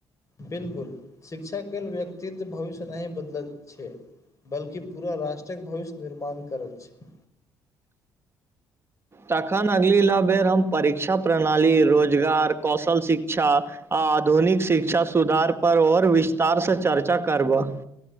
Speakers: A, on the left (about 40°); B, on the right (about 30°).
A: बिलकुल शिक्षा केल व्यक्तित्व भविष्य नहि बदलैत छै बल्कि पूरा राष्ट्रक भविष्य निर्माण करत छै
B: तखन अगिला बेर हम परीक्षा प्रणाली रोजगार कौशल शिक्षा आ आधुनिक शिक्षा सुधार पर और विस्तार स चर्चा करबह